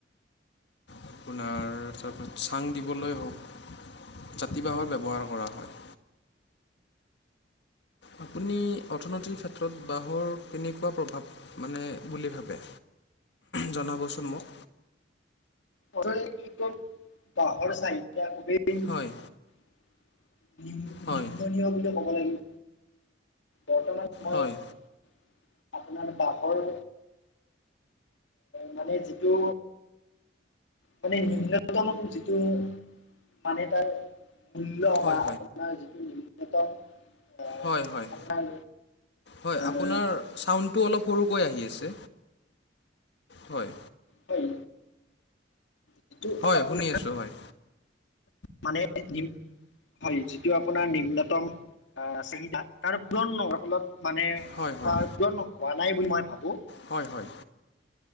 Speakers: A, on the left; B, on the left.
A: আপোনাৰ তাৰপিছত চাং দিবলৈ হওক, জাতি বাঁহৰ ব্যৱহাৰ কৰা হয়।। আপুনি অৰ্থনৈতিৰ ক্ষেত্ৰত বাঁহৰ কেনেকুৱা প্ৰভাৱ মানে বুলি ভাবে? জনাবচোন মোক।
B: অৰ্থনৈতিক দিশত বাঁহৰ চাহিদা খুবেই নিম্ননীয়
A: হয়, হয়,
B: বুলি ক'ব লাগিব। বৰ্তমান সময়ত
A: হয়,
B: আপোনাৰ বাঁহৰ মানে যিটো মানে নিম্নতম যিটো মানে এ তাৰ মূল্যয়
A: হয়,
B: বা আপোনাৰ যিটো নিম্নতম আহ
A: হয়, হয়,
B: আপোনাৰ
A: হয়,
B: আহ
A: আপোনাৰ ছাউণ্ডটো অলপ সৰুকৈ আহি আছে, হয়।
B: হয়। যিটো
A: হয়,
B: আপোনাৰ
A: শুনি আছো হয়।
B: মানে নিম- হয়, যিটো আপোনাৰ নিম্নতম চাহিদা, তাৰ পূৰণ নোহোৱা ফলত- মানে উপাৰ্জন
A: হয়, হয়,
B: হোৱা নাই বুলি মই ভাবো।
A: হয়, হয়।